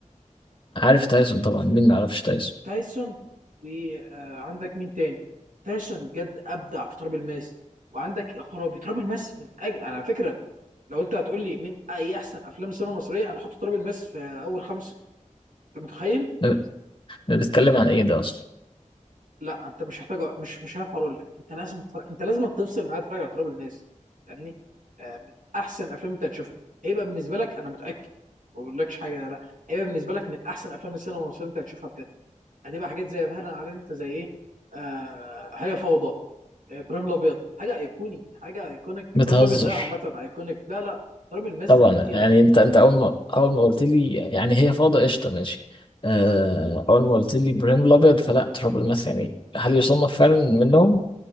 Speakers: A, on the left; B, on the right.
A: عارف تايسون طبعا مين ما يعرفش تايسون
B: تايسون وعندك مين تاني؟ تايسون بجد أبدع في تراب الماس وعندك يا خرابي تراب الماس من أجل على فكرة لو انت هتقول لي مين اي احسن افلام السينما المصريه انا احط تراب الماس في اول خمسه انت متخيل
A: ده ده بيتكلم عن ايه ده اصلا
B: لا انت مش محتاج مش مش هعرف اقول لك انت لازم تتفرج انت لازم تفصل معايا تتفرج على تراب الماس فاهمني آه، من احسن افلام انت هتشوفها هيبقى بالنسبه لك انا متاكد ما بقولكش حاجه لا هيبقى بالنسبه لك من احسن افلام السينما المصريه انت هتشوفها بجد هتبقى حاجات زي فعلا عارف انت زي ايه آه هي فوضى آه، ابراهيم الابيض حاجه ايقوني حاجه ايكونيك
A: بتهزر
B: ابراهيم الابيض ده عامه ايكونيك لا لا تراب الماس
A: طبعا
B: زي ما قلت
A: يعني
B: لك
A: انت انت اول ما اول ما قلت لي يعني هي فاضة قشطة ماشي آه، اول ما قلت لي ابراهيم الابيض فلا تراب الماس يعني هل يصنف فعلا منهم